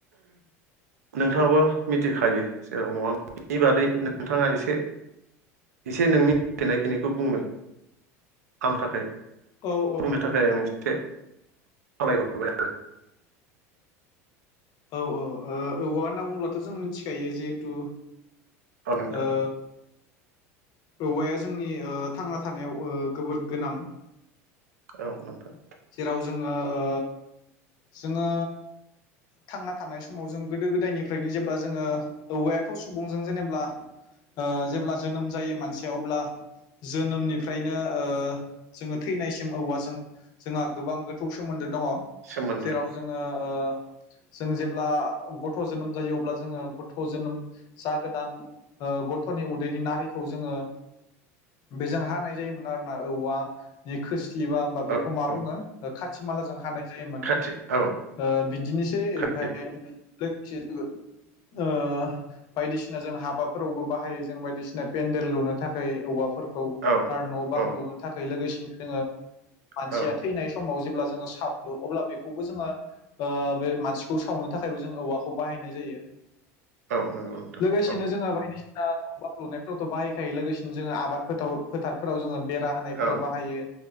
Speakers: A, on the right (about 80°); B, on the left (about 55°).
A: नोंथाङाबो मिथिखायो जेराव नङा होम? बेनि बादै नोंथाङा एसे-एसे नोंनि मिथिनायखिनिखौ बुंनो। आं थाखाय
B: औ औ
A: बुंनो
B: औ
A: थाखाय
B: नोंथां
A: आं
B: औ
A: एसे खावलायहरबाय आरो।
B: औ-औ ओ औवा होनना बुङोब्लाथ' जों मोनथि । खायो जिहेतु
A: नोंथां
B: ओ।
A: औ
B: औवाया जोंनि ओ थांना थानायाव ओ जोबोर गोनां।
A: औ नोंथां।
B: जेराव जोङो ओ जोङो थांना थानाय समाव जों गोदो गोदायनिफ्रायनो जेब्ला जोङो औवायाथ' सुबुंजों जेनेबा जेब्ला जोनोम जायो मानसिया अब्ला जोनोमनिफ्रायनो ओ जोङो थैनायसिम औवाजों जोंहा गोबां गोथौ सोमोन्दो दङ ।
A: सोमोनदोल' ।
B: जोङो ओ जों जेब्ला गथ' जोनोम जायो अब्ला जोङो गथ' जोनोम जागोदान ओ गथ'नि उदैनि नारिखौ जोङो बेजों हानाय जायोमोन आरो ना औवानि खोस्लि बा
A: औ
B: मा बुङो
A: औ
B: खाथि माला जों हानाय जायोमोन
A: खाथि औ
B: ओ बिदिनोसै
A: खाथि
B: ओमफफ्राय लोगोसे जोङो <unintelligible> ओ बायदिसिना जों हाबाफोरावबो बाहायो जों बायदिसिना पेन्देल लुनो थाखाय औवाफोरखौ
A: औ
B: आरो न' बां
A: औ
B: लुनो थाखाय लोगोसेनो जोङो मानसिया
A: औ
B: थैनाय समाव जेब्ला जोङो सावो अब्ला बेखौबो जोङो ओ बे मानसिखौ सावनो थाखायबो जों औवाखौ बाहायनाय जायो ।
A: औ नंगौ नोंथां
B: लोगोसेनो
A: औ
B: जोंहा बायदिसि ना न लुनायफ्रावथ' बाहायखायो लोगोसेनो जोङो आबाद फोथाव फोथार फोराव जोङो बेरा होनायफोराव
A: औ
B: बाहायो